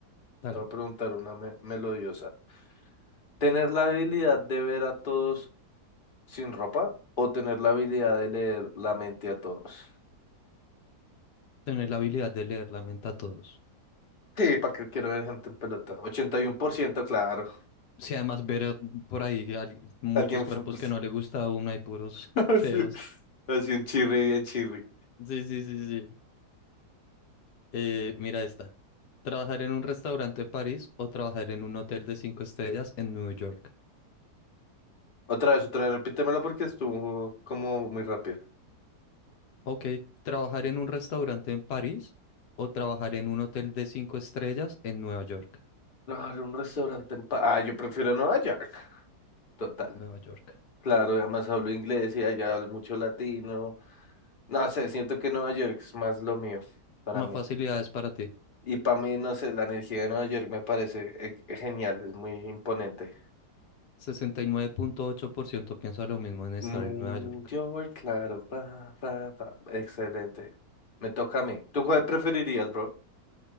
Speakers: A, on the left; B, on the left.
A: Te
B: Dale.
A: voy a preguntar una me- melodiosa. Tener la habilidad de ver a todos sin ropa o tener la habilidad de leer la mente a todos.
B: Tener la habilidad de leer la mente a todos.
A: Sí, ¿para qué quiero ver gente en pelota? 81%, claro.
B: Sí, además ver eh, por ahí al- muchos
A: Alguien...
B: cuerpos
A: fu- <laughs>
B: que no le gusta a uno y puros
A: Así,
B: <laughs> feos.
A: así un chirri, bien chirri.
B: Sí, sí, sí, sí. Eh, mira esta. ¿Trabajar en un restaurante en París o trabajar en un hotel de cinco estrellas en Nueva York?
A: Otra vez, otra vez, repítemelo porque estuvo como muy rápido.
B: Ok, ¿trabajar en un restaurante en París o trabajar en un hotel de cinco estrellas en Nueva York?
A: Claro, un restaurante en paz. Ah, yo prefiero Nueva York. Total.
B: Nueva York.
A: Claro, además hablo inglés y allá hablo mucho latino. No sé, siento que Nueva York es más lo mío para
B: Más
A: mí.
B: facilidades para ti.
A: Y para mí, no sé, la energía de Nueva York me parece eh, genial, es muy imponente.
B: sesenta y nueve punto ocho por ciento piensa lo mismo en estar
A: New
B: en Nueva York.
A: York, claro. Pa, pa, pa. Excelente. Me toca a mí. ¿Tú cuál preferirías, bro?